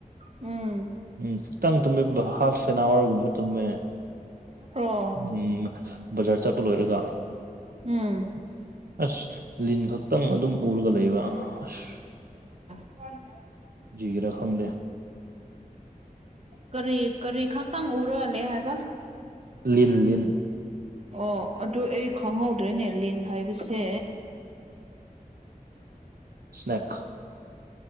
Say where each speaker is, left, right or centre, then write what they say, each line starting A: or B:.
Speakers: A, on the right; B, on the right.
A: ꯎꯝ
B: ꯎꯝ ꯈꯤꯇꯪ ꯇꯨꯝꯃꯦ ꯍꯥꯐ ꯑꯦꯟ ꯑꯋꯥꯔꯒꯨꯝꯕ ꯇꯨꯝꯃꯦ
A: ꯑꯣ
B: ꯎꯝ ꯕꯖꯥꯔ ꯆꯠꯄ ꯂꯣꯏꯔꯒ
A: ꯎꯝ
B: ꯑꯁ ꯂꯤꯟ ꯈꯛꯇꯪ ꯑꯗꯨꯝ ꯎꯔꯒ ꯂꯩꯕ ꯑꯁ
A: <inaudible>
B: ꯖꯤꯒꯔꯥ ꯈꯪꯗꯦ
A: ꯀꯔꯤ ꯀꯔꯤ ꯈꯪꯇꯪ ꯎꯔ ꯋꯥꯂꯦ ꯍꯥꯏꯦꯕ
B: ꯂꯤꯟ ꯂꯤꯤꯟ
A: ꯑꯣ ꯑꯗꯨ ꯑꯩ ꯈꯪꯍꯧꯗ꯭ꯔꯣꯏꯅꯦ ꯂꯤꯟ ꯍꯥꯏꯕꯁꯦ
B: ꯁ꯭ꯅꯦꯛ